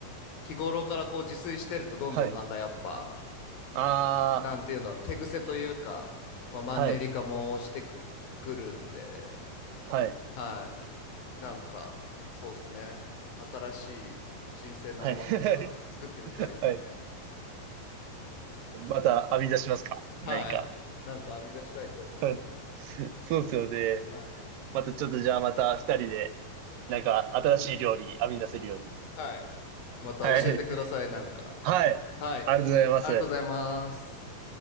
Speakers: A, on the left; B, on the right.
A: 日頃からこう自炊してるとどんどんなんかやっぱ、
B: はいあ
A: なんていうんだろう、手癖というか、まあマンネリ化もしてく、
B: あ、はい、
A: くるんで、
B: はい、
A: はい。なんか、そうですね。新しい新鮮なものとか作ってみたいですね。
B: はい。<laughs> はい。また編み出しますか何か。
A: はい。なんか編み出したいと思います。
B: はい。<laughs> そうですよね。
A: はい。
B: またちょっとじゃあまた二人で、なんか新しい料理編み出せるように。
A: はい。また教えてください、
B: はい。
A: なんか。
B: はい。
A: はい。
B: ありがとうございます。
A: ありがとうございます。